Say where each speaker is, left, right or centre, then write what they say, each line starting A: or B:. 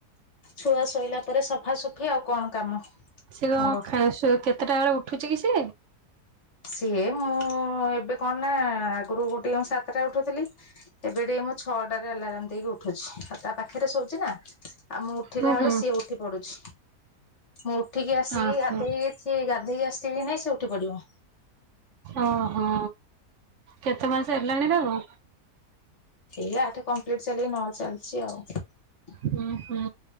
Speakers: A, on the left; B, on the right.
A: ଛୁଆ ଶୋଇଲା ପରେ ସଫାସଫି ଆଉ କଣ କାମ।
B: ସେ କଣ
A: ମୋର
B: ଖା ସୋ କେତେ ଉଠୁଛି କି ସେ।
A: ସିଏ ମୁଁ ଏବେ କଣ ନା ଆଗରୁ ଗୋ ଟିକେ ମୁଁ ସାତଟା ଉଠୁଥିଲି। ଏବେ ଟିକେ ମୁଁ ଛଅ ଟାରେ ଆଲରାମ୍ ଦେଇକି ଉଠୁଚି। ତା ପାଖରେ ଶୋଉଚି ନା ଉଠିଲା
B: ହୁଁ
A: ବେଳେ
B: ହୁଁ
A: ସିଏ ଉଠି ପଡୁଛି। ମୁଁ ଉଠିକି ଆସିକି
B: ହଁ
A: ଗାଧେଇକି ଗାଧେଇକି ଆସିଥିବି କି ନାଇଁ ସେ ଉଠି ପଡିବ।
B: ଓହୋ କେତେ ମାସ ହେଲାଣି ତାକୁ?
A: ହେଇ ଆଠ କମ୍ପ୍ଲିଟ ଚାଲି ନ ଚାଲିଛି ଆଉ।
B: ହୁଁ ହୁଁ